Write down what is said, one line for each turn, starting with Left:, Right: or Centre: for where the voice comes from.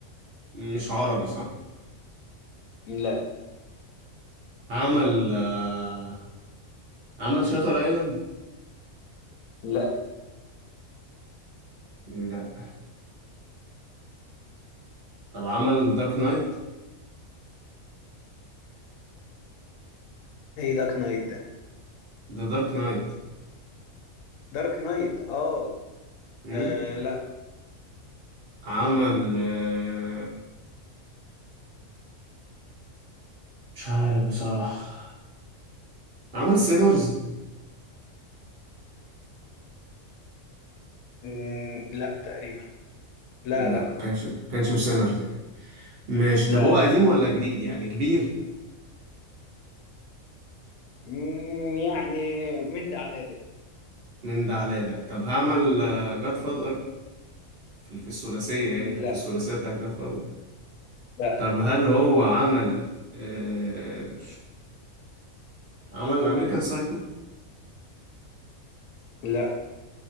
Right: مش عربي صح
Left: لا
Right: عمل آه، عمل شاتر ايلاند
Left: لا
Right: لا طب عمل دارك نايت
Left: ايه دارك نايت ده
Right: ده دارك نايت
Left: دارك نايت اه
Right: مم؟
Left: آه، لا
Right: عمل آه، مش عارف بصراحة عمل سينرز
Left: مم، لا تقريبا لا
Right: لا
Left: لا
Right: ما كانش ما كانش في سينرز يعني ماشي
Left: لا
Right: طب هو
Left: لا
Right: قديم ولا جديد يعني كبير
Left: مم، يعني من ده على ده
Right: من ده على ده طب هعمل جاد فاذر في في الثلاثية يعني
Left: لا
Right: كان في الثلاثية بتاع جاد فاذر
Left: لا
Right: طب
Left: لا
Right: هل هو عمل آه... عمل امريكان سايكو
Left: لا